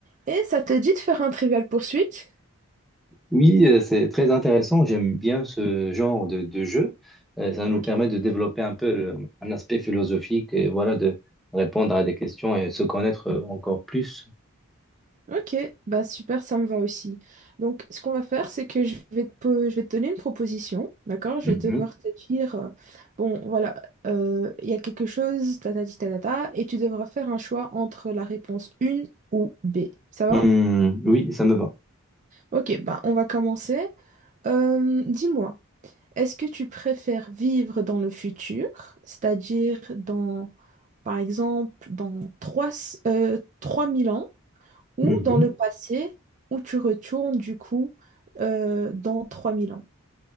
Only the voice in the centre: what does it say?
Oui, euh, c'est très intéressant. J'aime bien ce genre de, de jeu. Euh, ça nous
permet de développer un peu le- un aspect philosophique et voilà, de répondre à des questions et se connaître euh, encore plus.
Mhm.
Hmm,
oui, ça me va.
Mhm.